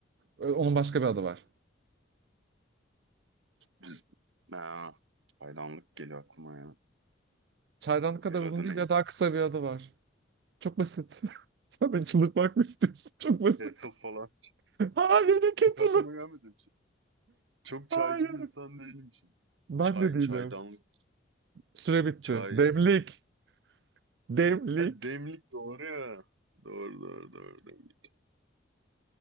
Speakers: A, on the right; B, on the right.
A: Ee, onun başka bir adı var.
B: Biz... Aa, çaydanlık geliyor aklıma ya.
A: Çaydan kadar
B: Yer adı
A: uzun değil
B: neydi?
A: ya daha kısa bir adı var. Çok basit. <laughs> Sen beni çıldırtmak mı istiyorsun? Çok basit.
B: Kettle falan.
A: <laughs> Hayır ne kötülük.
B: Hiç aklıma gelmedi. hiç. Çok
A: Hayır.
B: çaycı bir insan değilim şimdi.
A: Ben
B: Çay,
A: de değilim.
B: çaydanlık,
A: Süre bitti.
B: çay.
A: Demlik. Demlik.
B: Ha demlik doğru ya. Doğru doğru doğru demlik.